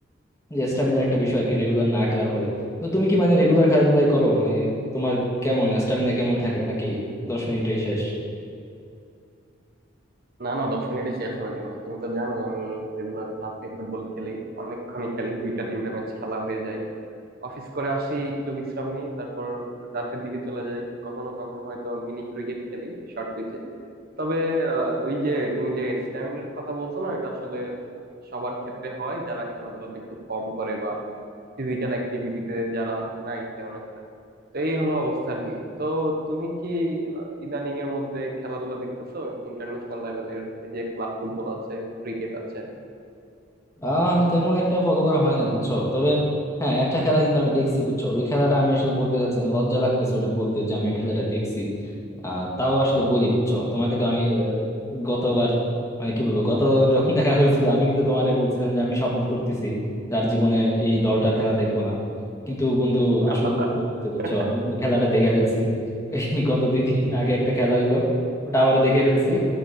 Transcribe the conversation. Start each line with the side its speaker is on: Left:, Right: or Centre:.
Left: যে স্টামিনার একটা বিষয় আর কি রেগুলার না খেলার ফলে তো তুমি কি মানে রেগুলার খেলাধুলাই করো মানে তোমার কেমন স্টামিনা কেমন থাকে নাকি দশ মিনিটেই শেষ
Right: না না দশ মিনিটে শেষ হবে কেন তুমি তো জানোই আমি রেগুলার টার্ফে ফুটবল খেলি অনেকক্ষণই খেলি দুইটা তিনটা ম্যাচ খেলা হয়ে যায় অফিস করে আসি একটু বিশ্রাম নেই তারপর টার্ফের দিকে চলে যাই কখনো কখনো হয়তো মিনি ক্রিকেট খেলি শর্ট পিচে তবে আহ, ওই যে তুমি যে স্ট্যামিনার কথা বলছো না এটা আসলে সবার ক্ষেত্রে হয় যারা খেলাধুলাতে একটু কম করে বা ফিজিক্যাল অ্যাক্টিভিটিতে যারা নাই তেমন একটা তো এই হলো অবস্থা আর কি তো তুমি কি আহ, ইদানিং এর মধ্যে খেলাধুলা দেখতেছো ইন্টারন্যাশনাল লেভেলের এই যে ক্লাব ফুটবল আছে ক্রিকেট আছে
Left: আহ তেমন একটা ফলো করা হয় না বুঝছো তবে হ্যাঁ একটা খেলা কিন্তু আমি দেখছি বুঝছো ওই খেলাটা আমি আসলে বলতে যাচ্ছি না লজ্জা লাগতেছে ওটা বলতে যে আমি ওই খেলাটা দেখছি আহ তাও আসলে বলি বুঝছো তোমাকে তো আমি আহ, গতবার মানে কি বলবো গত <laughs> যখন দেখা হয়েছিল আমি কিন্তু তোমারে বলছিলাম যে আমি শপথ করতেছি যার জীবনে এই দলটার খেলা দেখবো না কিন্তু বন্ধু
Right: <laughs>
Left: আসলে ভুল করে ফেলছি, বুঝছো আমি ওই খেলাটা দেখে ফেলছি এই গত দুই তিন দিন আগে একটা খেলা হইলো ওটা আবারও দেখে ফেলছি